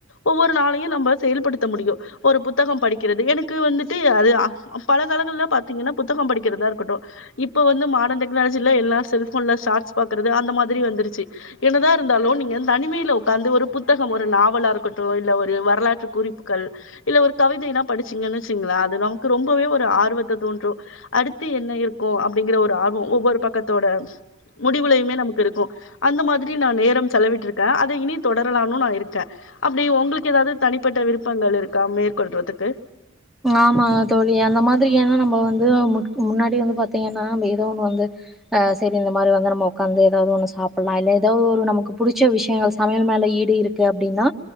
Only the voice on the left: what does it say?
ஒவ்வொரு நாளையு நம்ம செயல்படுத்த முடியு ஒரு புத்தகம் படிக்கிறது எனக்கு வந்துட்டு அதுதா அ பழங்காலங்கள்ல பாத்தீங்கன்னா புத்தகம் படிக்கறதா இருக்கட்டு இப்ப வந்து மாடன் டெக்னாலஜில எல்லா செல்ஃபோன்ல சார்ட்ஸ் பாக்கறது அந்த மா திரி வந்துருச்சி என்னதா இருந்தாலு நீங்க தனிமையில உக்காந்து ஒரு புத்தகம் ஒரு நாவலா இருக்கட்டு இல்ல ஒரு வரலாற்று குறிப்புகள் இல்ல ஒரு கவிதைல்லா படிச்சீங்கன்னு வெச்சிக்கங்களே அது நமக்கு ரொம்பவே ஒரு ஆர்வத்த தூண்று அடுத்து என்ன இருக்கும் அப்டிங்கற ஒரு ஆர்வோ ஒவ்வொரு பக்கத்தோட முடிவுலையுமே நமக்கு க்கு இருக்கும் அந்த மாதிரி நா நேரம் செலவிட்டு இருக்கேன் அத இனி தொடரலாம்னு நா இருக்கே அப்டி உங்களுக்கு ஏதாவது தனிப்பட்ட விருப்பங்கள் இருக்கா மேற்கொள்றதுக்கு